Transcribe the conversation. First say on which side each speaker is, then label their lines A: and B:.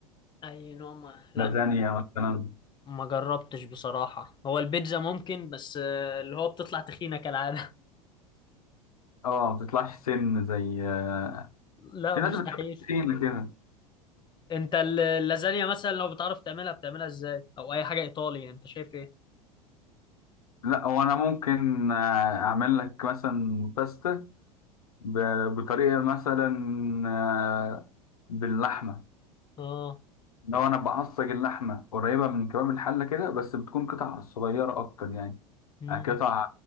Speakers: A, on the left; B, on the left.
A: اي نوع ما لا
B: لازانيا مثلا
A: ما جربتش بصراحة هو البيتزا ممكن بس آه، اللي هو بتطلع تخينة كالعادة
B: اه ما بتطلعش سن زي آه،
A: <laughs> لا
B: في
A: مستحيل
B: ناس بتحب التخينة كده
A: انت ال- اللازانيا مثلا لو بتعرف تعملها بتعملها ازاي او اي حاجة ايطالي يعني، انت شايف ايه
B: لا هو انا ممكن آه، اعمل لك مثلا باستا ب- بطريقة مثلا آه، باللحمة
A: اه
B: لو انا بعصج اللحمة قريبة من كمام الحلة كده بس بتكون قطع صغيرة اكتر يعني
A: امم
B: يعني قطع